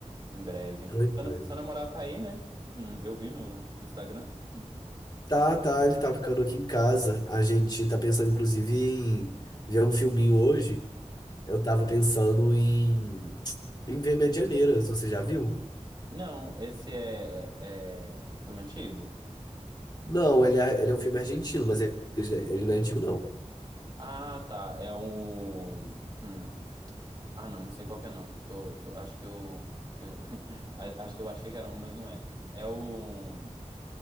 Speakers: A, on the right; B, on the left.
A: em breve.
B: Pois
A: Seu, na-
B: é.
A: seu namorado tá aí, né? Hum, Eu vi no, no Instagram. Hum.
B: Tá, tá, ele tá ficando aqui em casa. A gente tá pensando, inclusive, em ver um filminho hoje. Eu tava pensando em, em ver Medianeiras, você já viu?
A: Não, esse é, é um filme antigo?
B: Não, ele é, ele é um filme argentino, mas ele, ele não é antigo, não.
A: Ah, tá, é o. hum. Ah, não, não sei qual que é não. Tô, tô- acho que eu, que eu. <laughs> a- Acho que eu achei que era um, mas não é. É o.